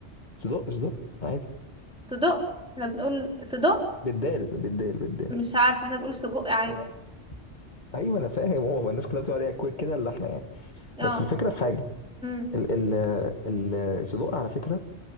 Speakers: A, on the left; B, in the centre.
A: سجق سجق عادي
B: صدق احنا بنقول صدق
A: بالدال بالدال بالدال
B: مش عارفه احنا بنقول سجق عادي
A: هو- ايوه انا فاهم هو الناس كلها بتقول عليها كويك كده اللحمه يعني
B: اه
A: بس الفكره في حاجه
B: امم
A: ال ال ال الصدوق على فكرة